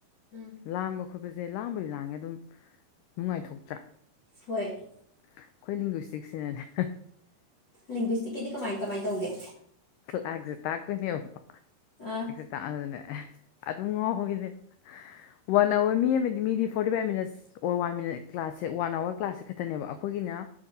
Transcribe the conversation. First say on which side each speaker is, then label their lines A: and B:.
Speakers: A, on the left; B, on the left.
A: ꯎꯝ
B: ꯂꯥꯡꯕ ꯈꯣꯠꯄꯁꯦ ꯂꯥꯡꯕꯨꯗꯤ ꯂꯥꯡꯉꯦ ꯑꯗꯨꯝ ꯅꯨꯡꯉꯥꯏꯊꯣꯛꯇ꯭ꯔꯥ
A: ꯍꯣꯏ
B: ꯑꯩꯈꯣꯏ ꯂꯤꯡꯒ꯭ꯤꯁꯇꯤꯛꯁꯤꯅꯅꯦ
A: ꯂꯤꯡꯒ꯭ꯋꯁꯇꯤꯛꯀꯤꯗꯤ ꯀꯃꯥꯏ ꯀꯃꯥꯏꯅ ꯇꯧꯒꯦ
B: ꯂꯁ ꯇꯥꯛꯄꯤꯅꯦ ꯋꯥꯀ
A: ꯑꯥ
B: ꯇ ꯑꯗꯨꯅꯦ ꯑꯗꯨꯝ ꯉꯥꯎꯈꯤꯅꯦꯕ ꯋꯥꯟ ꯑꯋꯥꯔ ꯃꯤ ꯑꯃꯗꯤ ꯃꯤꯗꯤ forty five minutes or one minute ꯀ꯭ꯂꯥꯁꯦ ꯋꯥꯟ ꯑꯋꯥꯔ ꯀ꯭ꯂꯥꯁꯁꯦ ꯈꯛꯇꯅꯦꯕ ꯑꯩꯈꯣꯏꯒꯤꯅ